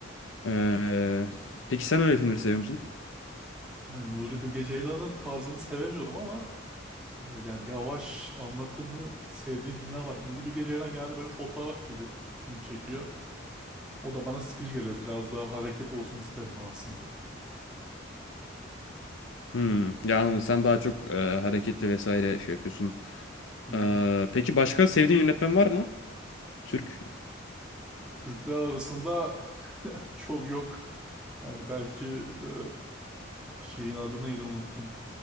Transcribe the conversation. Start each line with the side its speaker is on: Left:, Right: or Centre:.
Left: E, peki sen öyle filmleri seviyor
Centre: Yani Nuri Bilge Ceylan'ın tarzını sevemiyorum ama e, yani yavaş anlatımlı sevdiğim filmler var. Nuri Bilge Ceylan genelde böyle fotoğraf gibi film çekiyor. O da bana sıkıcı geliyor. Biraz daha hareket olsun isterim ben aslında.
Left: Hmm, ya anladım. Sen daha çok e, hareketli vesaire şey yapıyorsun.
Centre: Hı hı.
Left: E, peki başka sevdiğin yönetmen var mı? Türk.
Centre: Türkler arasında <laughs> çok yok. Yani belki e, şeyin adı neydi unuttum.